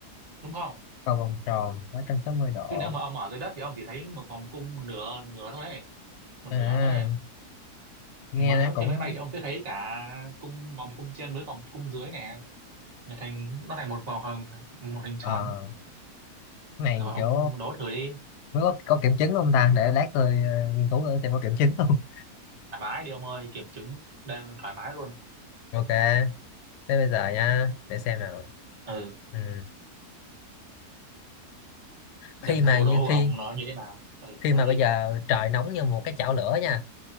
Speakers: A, on the right (about 25°); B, on the left (about 85°).
A: đúng không
B: cầu vòng tròn ba trăm sáu mươi độ
A: chứ nếu mà ông ở dưới đất thì ông chỉ thấy một vòng cung một nửa nửa thôi ấy, một nửa
B: à,
A: thôi ấy.
B: nghe
A: mà
B: nó
A: nếu
B: cũng
A: trên máy bay thì ông sẽ thấy cả cung vòng cung trên với vòng cung dưới nè nó thành nó thành một vòng hồng- một hình tròn
B: ờ cái này
A: rồi ông
B: kiểu
A: đố thử đi
B: nó có, có kiểm chứng không ta để lát tôi ờ, nghiên cứu thử xem có kiểm chứng không
A: thoải mái đi ông ơi kiểm chứng đang thoải mái luôn
B: <laughs> ok thế bây giờ nha để xem nào
A: ừ
B: Ừm, khi
A: xem
B: mà
A: câu
B: như
A: đố của
B: khi
A: ông nó như thế nào ừ
B: khi
A: đố
B: mà
A: đi
B: bây giờ trời nóng như một cái chảo lửa nha